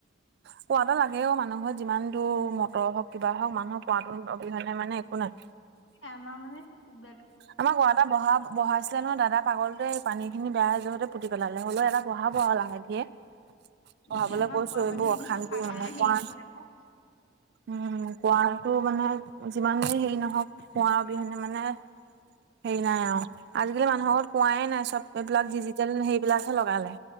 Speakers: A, on the right (about 55°); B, on the left (about 65°).
A: কুঁৱাতো লাগে অহ মানুহৰ যিমান দূৰ মটৰ হওঁক, কিবা হওঁক, মানুহক কুঁৱাতোৰ অবিহনে মানে একো নাই।
B: এ আমাৰ মানে বে
A: আমাৰ গঢ় এটা বহা বহাইছিলে নহয় দাদা পাগলটোৱে পানীখিনি বেয়া হৈ যাওঁতে পুতি পেলালে, হ'লেও এটা বহাব আৰু লাহে ধিৰে। বঢ়াবলে
B: এ আমাৰ
A: কৈছো
B: খোৱা
A: এইবোৰ
B: পানী খিনি
A: অশান্তি
B: চফাৰ কাৰণে
A: মানে কোৱা
B: হেৰি নকৰে আকৌ
A: উম, কুঁৱাটো মানে যিমানেই হেৰি নহওঁক কুঁৱাৰ অবিহনে মানে হেৰি নাই আৰু। আজিকালি মানুহৰ আগত কুঁৱাই নাই চব এইবিলাক ডিজিটেল সেইবিলাকহে লগালে।